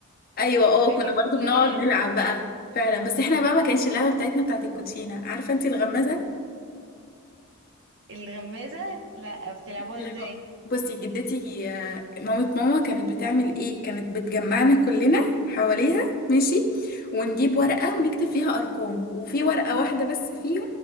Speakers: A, on the left; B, on the right.
A: أيوة اه
B: لكن
A: كنا برضو
B: في
A: بنقعد نلعب بقى فعلا بس احنا بقى ما كانش اللعبة بتاعتنا بتاعت الكوتشينة عارفة انتي الغمازة
B: الغمازه لا بتلعبوها
A: اللي
B: ازاي
A: هو بصي جدتي آه، مامة ماما كانت بتعمل ايه كانت بتجمعنا كلنا حواليها ماشي ونجيب ورقة ونكتب فيها أرقام وفي ورقة واحدة بس فيهم